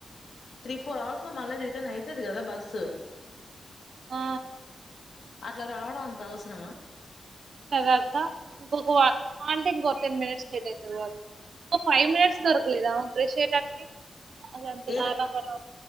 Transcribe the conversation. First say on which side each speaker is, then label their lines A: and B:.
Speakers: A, on the left; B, on the right.
A: త్రీ ఫోర్ అవ మళ్ళ రిటర్న్ అయితది కదా బస్సు
B: ఆ
A: అట్లా రావడం అంత అవసరమా
B: కద అక్క ఇంకొక ఇంకో టెన్ మినిట్స్ లేట్ అవుతాది ఫైవ్ మినిట్స్ దొరకలేదా బ్రష్ చేయడానికి అసలు అంత
A: ఏన్
B: దారుణంగా